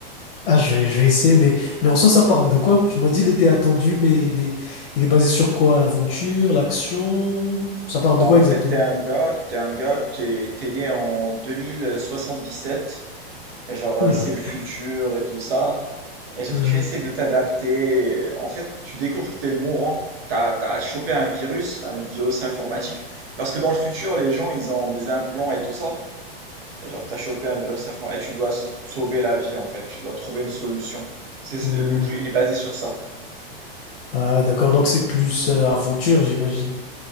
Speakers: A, on the left; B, on the right.
A: Ah, je vais, je vais essayer, mais, mais en soi, ça parle de quoi? Tu m'as dit, il était attendu, mais il est, il est basé sur quoi? L'aventure, l'action? Ça parle
B: Bah
A: de
B: en
A: quoi
B: fait,
A: exactement?
B: t'es un gars, t'es un gars, t'es, t'es né en 2077, et genre euh,
A: Oula.
B: c'est le futur et tout ça, et genre
A: Euh,
B: tu essaies de t'adapter, en fait tu découvres que t'es mourant, t'as, t'as chopé un virus, un virus informatique, parce que dans le futur les gens ils ont des implants et tout ça, et genre t'as chopé un virus informatique, et tu dois s- sauver la vie en fait, tu dois trouver une solution. C'est, c'est-
A: ouh.
B: le jeu il est basé sur ça.
A: Ah, d'accord, donc c'est plus euh, aventure, j'imagine.